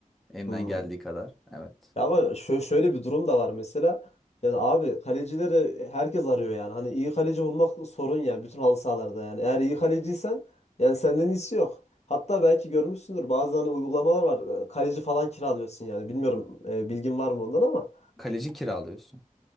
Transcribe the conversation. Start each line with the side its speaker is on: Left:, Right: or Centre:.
Centre: Elimden
Left: Hı.
Centre: geldiği kadar. Evet.
Left: Ya ama şö- şöyle bir durum da var mesela. Yani abi kalecileri herkes arıyor yani. Hani iyi kaleci bulmak sorun ya bütün halı sahalarda yani. Eğer iyi kaleciysen yani senden iyisi yok. Hatta belki görmüşsündür bazı hani uygulamalar var. e, Kaleci falan kiralıyorsun yani. Bilmiyorum e, bilgin var mı ondan ama.
Centre: Kaleci kiralıyorsun.